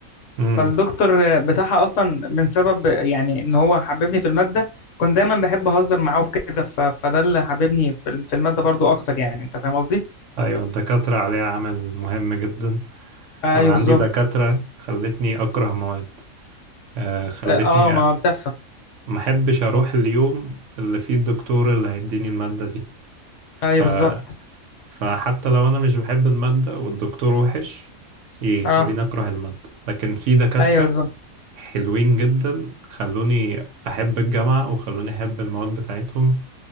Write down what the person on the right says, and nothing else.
مم.
أيوة الدكاترة عليها عمل مهم جدا
انا
عندي دكاترة خلتني اكره مواد آه، خلتني
ما احبش اروح اليوم اللي فيه الدكتور اللي هيديني المادة دي ف...
فحتى لو انا مش بحب المادة والدكتور وحش يخليني
اكره المادة لكن في دكاترة
حلوين جدا خلوني احب الجامعة وخلوني احب المواد بتاعتهم